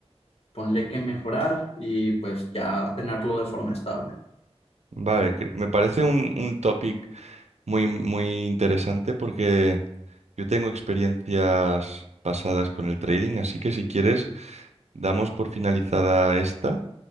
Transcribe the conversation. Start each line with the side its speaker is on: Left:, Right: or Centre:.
Left: ponerle que mejorar y pues ya tenerlo de forma estable.
Right: vale. cre- Me parece un, un topic muy, muy interesante porque yo tengo experiencias pasadas con el trading, así que si quieres, damos por finalizada esta